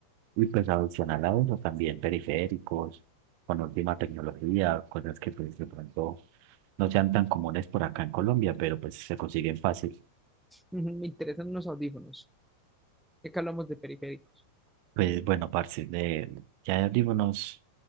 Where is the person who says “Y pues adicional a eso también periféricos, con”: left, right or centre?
Right